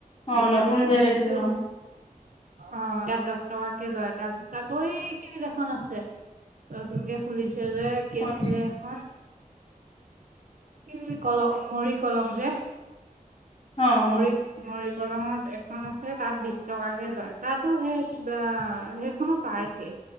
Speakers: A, on the left; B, on the right.
A: অ'
B: এতিয়া
A: নতুন
B: বোলে
A: যে
B: শুনিছো
A: তেতিয়া ন?
B: অ। তাত দহ টকাকে লয় তাৰ পিছত আকৌ এই কিনি এখন আছে নতুনকে খুলিছে। তে যে কি
A: অ'
B: আছিলে এখন কি কলং মৰি কলং যে
A: অ'
B: মৰি মৰি দলঙত এখন আছে তাত বিশ টকাকে লয় তাতো সেই সেইখনো পাৰ্কে